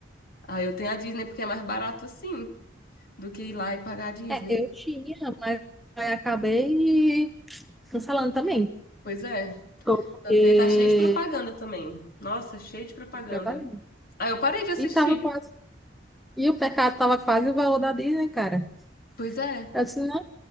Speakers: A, on the left; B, in the centre.
A: Ah, eu tenho a Disney porque é mais barato assim. do que ir lá e pagar a Disney.
B: É, eu tinha, mas aí acabei cancelando também.
A: Pois é.
B: Porque
A: Só que aí tá cheio de propaganda também. Nossa, cheio de propaganda.
B: Fui trabalhar.
A: Aí eu parei de assistir.
B: E tava quase. E o pecado tava quase o valor da Disney, cara.
A: Pois é.
B: Eu disse, não.